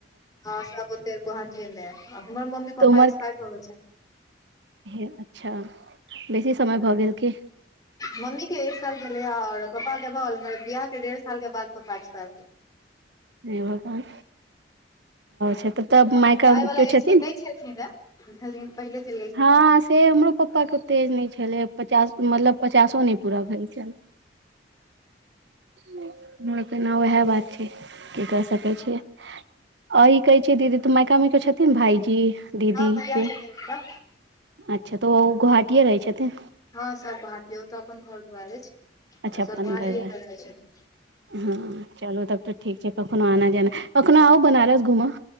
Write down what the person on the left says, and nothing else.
हँ सब ओतै गोहाटीये मे हमर मम्मी -पापा
एक्सपाइर भ गेल छेथ।
मम्मी के एक साल भेलै आ और पप्पा के भऽ गेलेन बियाह के डेढ़ साल के बाद पप्पा एक्सपाइर
अखन
जाय
वाला
<unintelligible> पहिले चैल गेल।
देली
हँ भईया
छथिन ओतऽ।
हँ सब गोहाटी ओतऽ अपन घर दुआरि अछि
आ
सभ गोहाटीए
में रहै छथिन।